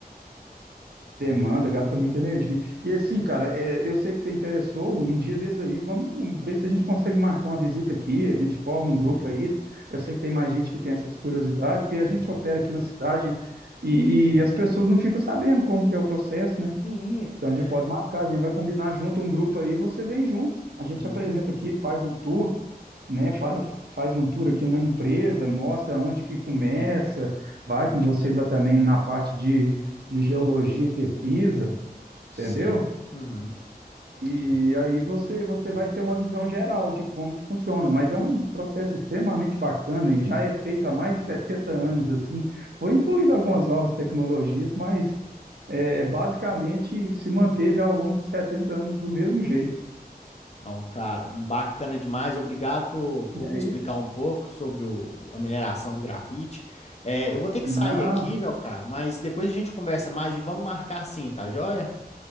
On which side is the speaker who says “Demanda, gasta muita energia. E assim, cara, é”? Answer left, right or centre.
Right